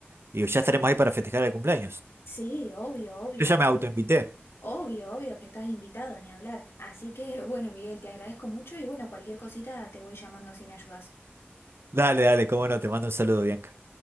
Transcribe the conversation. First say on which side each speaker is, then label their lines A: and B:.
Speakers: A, on the right (about 65°); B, on the left (about 70°).
A: Y ya estaremos ahí para festejar el cumpleaños.
B: Sí, obvio, obvio,
A: Yo ya
B: ni
A: me autoinvité.
B: hablar. Obvio, obvio que estás invitado, ni hablar. Así que bueno, Miguel, te agradezco mucho y bueno, cualquier cosita te voy llamando si me ayudas.
A: Dale, dale, cómo no, te mando un saludo, Bianca.